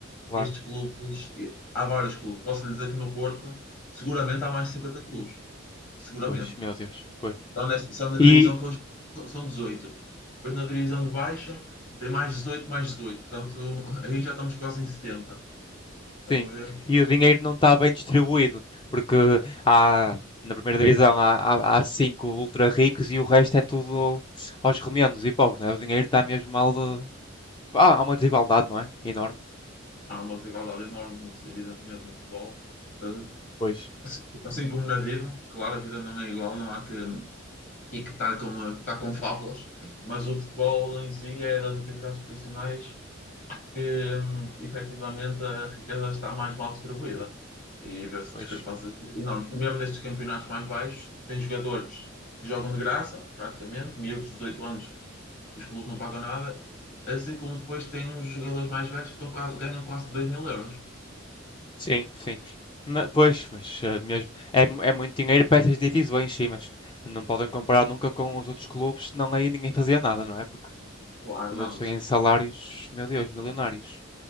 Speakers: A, on the left; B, on the left.
A: claro.
B: e estes clubes, e- há vários clubes. Posso lhe dizer que no Porto seguramente há mais de 50 clubes, seguramente.
A: Pois, meu Deus, pois.
B: Só, nesta, só na divisão
A: E
B: que hoje são dezoito Depois na divisão de baixo tem mais 18 mais dezoito Portanto, aí já estamos quase em setenta
A: Sim,
B: Dá para ver?
A: e o dinheiro não está bem distribuído, porque há, na primeira divisão há, há, há cinco ultra ricos e o resto é tudo aos remendos e pobres, né? O dinheiro está mesmo mal. eh, pá, há uma desigualdade, não é? Enorme.
B: Há uma desigualdade enorme, evidentemente, no futebol. Eh,
A: Pois,
B: Assim assim como na vida, claro, a vida não é igual, não há que e que está com, tá com fábulas, mas o futebol em si é das atividades profissionais que hum, efetivamente a riqueza está mais mal distribuída e vê-se
A: pois.
B: discrepâncias enormes. Mesmo nestes campeonatos mais baixos, tem jogadores que jogam de graça, praticamente, miúdos de 18 anos, os clubes não pagam nada, assim como depois tem os jogadores mais velhos que estão quase- ganham quase dois mil euros.
A: Sim, sim. Ma- pois, mas eh, mesmo. É, mu- é muito dinheiro para essas divisões, sim, mas não podem comparar nunca com os outros clubes, senão aí ninguém fazia nada, não é? Porque
B: Claro,
A: os
B: não,
A: outros têm salários, meu Deus, milionários.